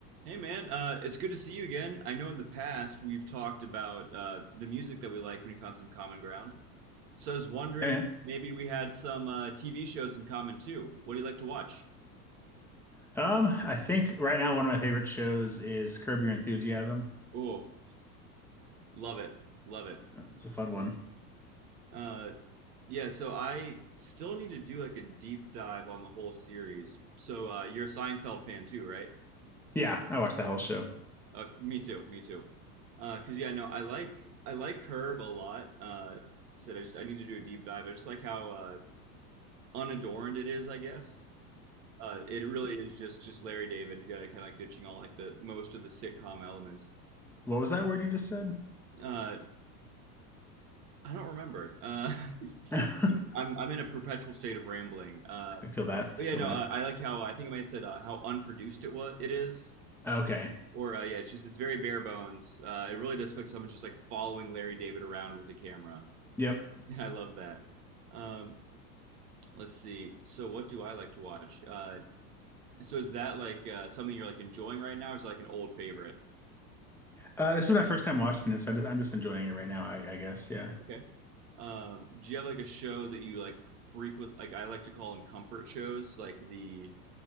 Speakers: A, on the right; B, in the centre.
A: Hey man, uh, it's good to see you again. I know in the past we've talked about uh, the music that we like when we found some common ground. So I was wondering
B: Yeah, man.
A: maybe we had some uh, TV shows in common too. What do you like to watch?
B: Um, I think right now one of my favorite shows is Curb Your Enthusiasm.
A: Oh, love it, love it.
B: It's a fun one.
A: Uh, yeah, so I still need to do like a deep dive on the whole series. So uh, you're a Seinfeld fan too, right?
B: Yeah, I watched the whole show.
A: Uh, me too, me too. Uh, 'cause yeah, no, I like I like Curb a lot. Uh, said I just I need to do a deep dive. I just like how uh, unadorned it is, I guess. Uh, it really is just just Larry David. You got to kind of ditching all like the most of the sitcom elements.
B: What was that word you just said?
A: Uh, I don't remember. Uh,
B: <laughs>
A: <laughs>
B: I
A: I'm I'm in a perpetual state of rambling. Uh,
B: feel that.
A: but
B: I feel
A: yeah, no,
B: that.
A: I, I like how I think I might have said uh, how unproduced it was. It is,
B: Okay.
A: or uh, yeah, it's just it's very bare bones. Uh, it really does feel like someone's just like following Larry David around with a camera.
B: Yep.
A: <laughs> I love that. Um, let's see. So what do I like to watch? Uh, so is that like uh, something you're like enjoying right now, or is it like an old favorite?
B: Uh, this is my first time watching this. I'm just, I'm just enjoying it right now, I, I guess. Yeah.
A: Okay. Um, do you have like a show that you like frequent? Like I like to call them comfort shows. Like the